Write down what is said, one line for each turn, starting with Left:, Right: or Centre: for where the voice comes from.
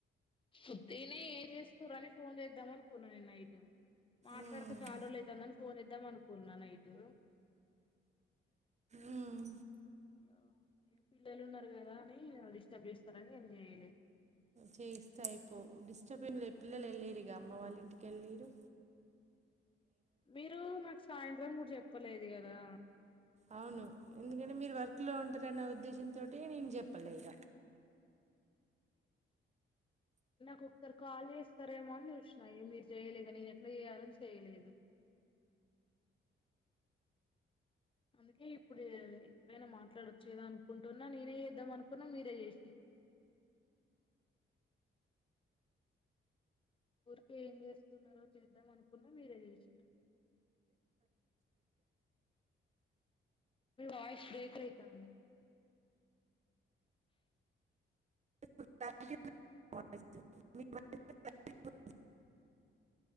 Left: ఉట్టిగనే ఏం చేస్తుర్రని ఫోన్ చేద్దామనుకున్న నేను నైటు. మాట్లాడక
Right: ఉమ్
Left: చాల్రోజులైతాందని ఫ్ ఫోన్ చేద్దాం అనుకున్న నైటు
Right: ఉమ్
Left: ఇగా ఇగ పిల్లలు ఉన్నరు కదా అని, డిస్టర్బ్ చేస్తరని ఏం చేయలే.
Right: చేస్తే అయిపోవ్ డిస్టర్బ్ ఏమిలే, పిల్లలెల్లిరుగా అమ్మ వాళ్ళ ఇంటికెళ్ళిర్రు.
Left: మీరూ నాకు సాయంత్రం గుడ చెప్పలేదు కదా.
Right: అవును ఎందుకంటే మీరు వర్క్ లో ఉంటరన్న ఉద్దేశంతోటి నేన్ చెప్పలే ఇగ.
Left: నాకు ఒకసారి కాల్ చేస్తారేమో అని చూసినా, మీరు చేయలే ఇగ నేను ఎట్ల చేయాలని చేయలేదు. అందుకే ఇప్పుడు ఇప్పుడైనా మాట్లాడోచ్చు గదా అనుకుంటున్నా నేనే చేద్దాం అనుకున్నా మీరే చేసిర్రు. ఊరికే ఏం చేస్తున్నరో చేద్దామనుకున్న మీరే చేసిర్రు. మీరి వాయిష్ బ్రేక్ అయితాంది.
Right: <inaudible>